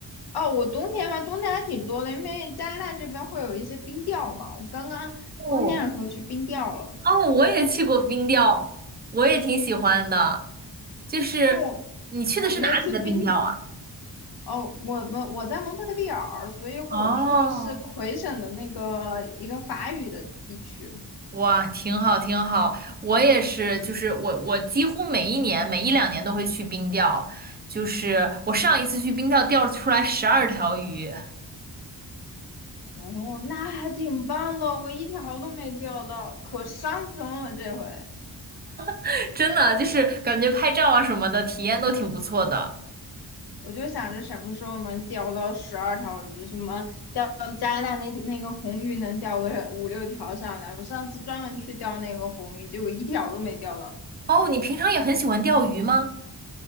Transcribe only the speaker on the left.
哦，我冬天嘛，冬天还挺多的，因为加拿大这边会有一些冰钓嘛。我刚刚冬天的时候去冰钓了，
但我我们那次冰，哦，我们我在蒙特利尔，所以我去的是魁省的那个一个法语的地区。
哦，那还挺棒的，我一条都没钓到，可伤心了这回。
我就想着什么时候能钓到十二条鱼，什么钓加拿大那那个红鱼能钓个五六条上来。我上次专门去钓那个红鱼，结果一条都没钓到。